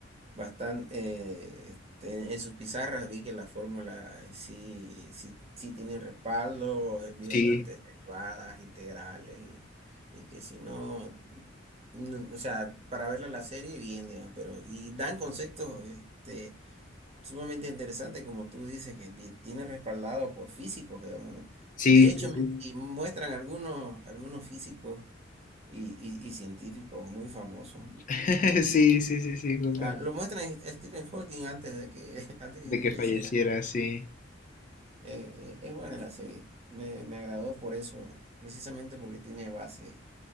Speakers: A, on the right; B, on the left.
A: bastante, en, en sus pizarras vi que la fórmula eh, sí, sí, sí tienen respaldo, eh, vi
B: Sí,
A: bastantes derivadas, integrales, y, y que si no, no, o sea, para verla la serie, bien, digamos, pero, y dan conceptos, este Sumamente interesante, como tú dices, que vi- tiene respaldado por físicos, digamos, ¿no?
B: sí,
A: De hecho,
B: sí,
A: me-
B: sí.
A: y muestran algunos, algunos físicos y, y- y científicos muy famosos, ¿no?
B: <laughs> Sí, sí, sí, sí, justamente.
A: Ah, lo muestran a Stephen Hawking antes de que, <laughs> antes
B: De
A: que
B: que
A: falleciera.
B: falleciera, sí.
A: Eh, eh, es buena la serie. Me, me agradó por eso, precisamente porque tiene bases,